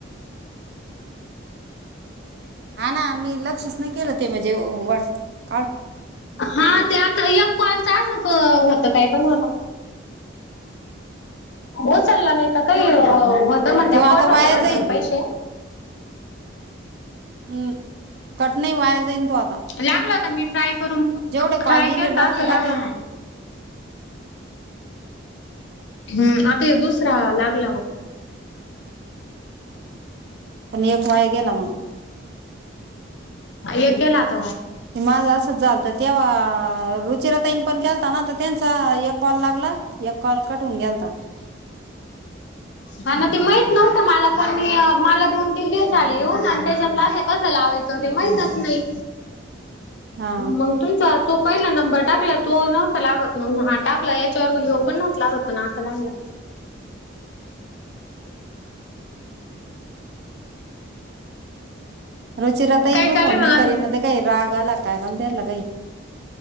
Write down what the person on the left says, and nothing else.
हा ते आता यक कॉलचं अस होत काय पण उचलला नाही काही त म्हणत
कट
होते
म्हणत्यान
पैसे
ला मी ट्राय करून
ट्राय
केलता
तर
लागला
हम् आता दुसरा ला लाहो
एक केलात
<unintelligible> का ना ते माहित? नव्हतं मला पण, मी मला दोन तीन दिवस झाले येऊन आणि त्याच्यातला असं कसं लावायचं. ते माहितच नाही.
मग तुमचा तो पहिला नंबर टाकला. तो नव्हता लागतं, म्हणून हा टाकलाय. तर मग ह्यो <unintelligible> लागत. नातलांना
काय
चालूय
मग अजून?